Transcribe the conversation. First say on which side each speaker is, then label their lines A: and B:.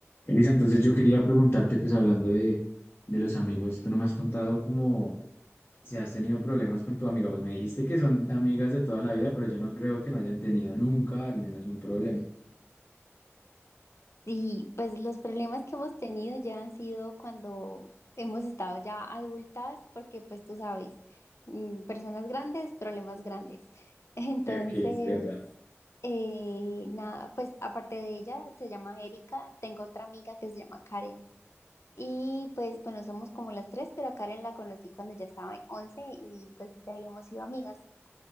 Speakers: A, on the left; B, on the left.
A: Elisa, entonces yo quería preguntarte, pues hablando de, de los amigos, tú no me has contado cómo si has tenido problemas con tu amiga, pues me dijiste que son amigas de toda la vida, pero yo no creo que no hayan tenido nunca al menos un problema.
B: Y pues los problemas que hemos tenido ya han sido cuando hemos estado ya adultas, porque pues tú sabes, mm, personas grandes, problemas grandes. <laughs> Entonces,
A: Eh, Ok, es verdad.
B: eh, nada, pues aparte de ella, se llama Erika, tengo otra amiga que se llama Karen. Y pues bueno, somos como las tres, pero a Karen la conocí cuando ya estaba en 11 y pues desde ahí hemos sido amigas.